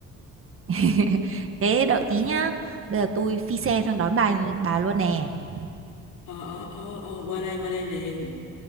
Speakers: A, on the right; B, on the left.
A: <laughs> Thế đợi tí nhá. Bây giờ tôi phi xe sang đón bà bà luôn nè.
B: Ờ, ờ, ờ, ờ, qua đây, qua đây liền.